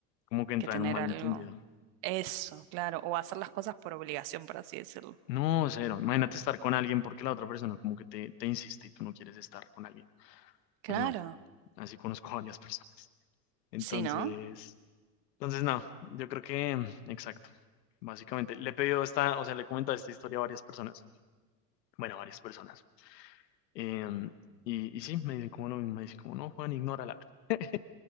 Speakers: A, on the left; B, on the right.
A: como que entra
B: que tener
A: en un malentendido.
B: algo. Eso, claro. O hacer las cosas por obligación, por así decirlo.
A: No, cero. Imagínate estar con alguien porque la otra persona como que te, te insiste y tú no quieres estar con alguien.
B: Claro.
A: Pues no, así conozco a varias personas. Entonces,
B: Sí, ¿no?
A: entonces no, yo creo que, mm, exacto. Básicamente, le he pedido esta, o sea, le he comentado esta historia a varias personas. Bueno, a varias personas. Em, y, y sí, me dicen como lo mismo, me dicen como, no, Juan, ignórala. <laughs>